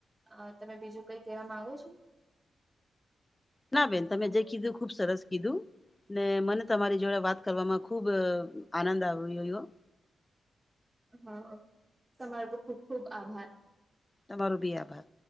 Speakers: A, on the right; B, on the left.
A: અ તમે બીજું કઈ કેવા માંગો છો.
B: ના બેન તમે જે કીધું ખુબ સરસ કીધું ને મને તમારી જોડે વાત. કરવામાં ખૂબ આનંદ આવ વવયો.
A: હા તમારુ ખૂબ ખૂબ આભાર.
B: તમારો બી આભાર.